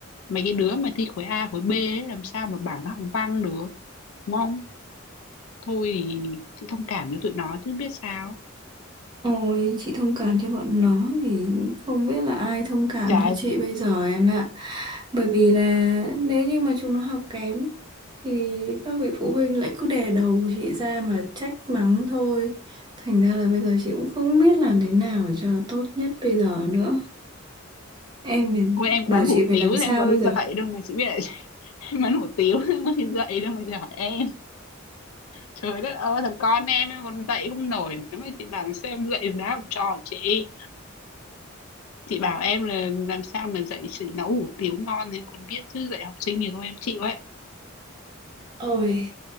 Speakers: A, on the left (about 80°); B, on the right (about 20°).
A: mấy cái đứa mà thi khối A khối B ấy, làm sao mà bảo nó học văn được đúng không thôi thì chị thông cảm cho tụi nó chứ biết sao
B: Ôi, chị thông cảm cho bọn nó thì không biết là ai thông cảm
A: trời
B: cho chị bây giờ em ạ. Bởi vì là nếu như mà chúng nó học kém thì các vị phụ huynh lại cứ đè đầu của chị ra mà trách mắng thôi. Thành ra là bây giờ chị cũng không biết làm thế nào để cho tốt nhất bây giờ nữa. Em phải-
A: ôi em
B: bảo
A: bán
B: chị
A: hủ
B: phải
A: tiếu
B: làm sao
A: thì em có đi
B: bây giờ?
A: dạy đâu mà chị biết là chị- <laughs> em bán hủ tiếu thì em có đi dạy đâu mà chị hỏi em trời đất ơi thằng con em em còn dạy không nổi nữa mà chị bảo sao em dạy đá học trò chị chị bảo em là làm sao mà dạy chị nấu hủ tiếu ngon thì em còn biết chứ dạy học sinh thì thôi em chịu ấy
B: Ôi,